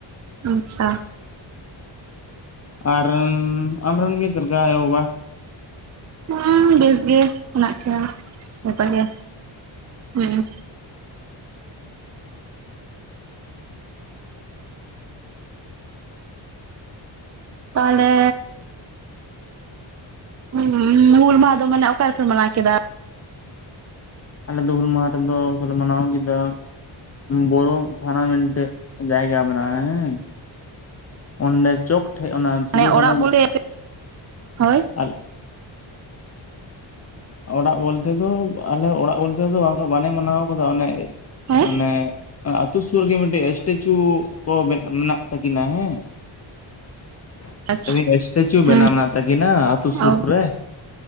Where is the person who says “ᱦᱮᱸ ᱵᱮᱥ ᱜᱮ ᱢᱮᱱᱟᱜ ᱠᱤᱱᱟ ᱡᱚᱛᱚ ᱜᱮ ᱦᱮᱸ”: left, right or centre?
Right